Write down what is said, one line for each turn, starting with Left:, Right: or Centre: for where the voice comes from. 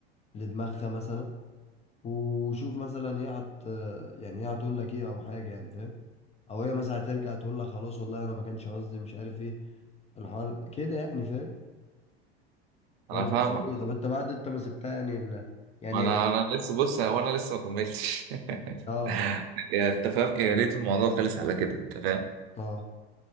Left: لدماغها مثلا وشوف مثلا هي هت يعني هي هتقول لك ايه او حاجه يعني فاهم او هي مثلا هترجع تقول لك خلاص والله انا ما كانش قصدي مش عارف ايه الحوار ده- كده يعني فاهم ولا
Right: انا فاهمك
Left: حاسس ايه طب انت بعد انت ما سبتها يعني ال... يعني
Right: ما انا انا لسه بص هو انا لسه ما كملتش <laughs>
Left: اه
Right: يعني انت فاهم يا ريت الموضوع خلص على كده انت فاهم
Left: اه